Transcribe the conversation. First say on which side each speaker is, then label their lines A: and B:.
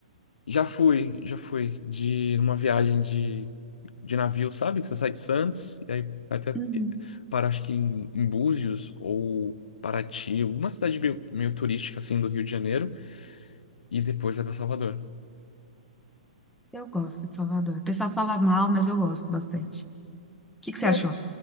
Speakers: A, on the left; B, in the centre.
A: Já fui, já fui de uma viagem de, de navio, sabe? Que você sai de Santos e aí vai até
B: Uhum.
A: para, acho que em, em Búzios ou Paraty, uma cidade meio, meio turística, assim, do Rio de Janeiro, e depois vai pra Salvador.
B: Eu gosto de Salvador. O pessoal fala mal, mas eu gosto bastante. O que que você
A: É,
B: achou?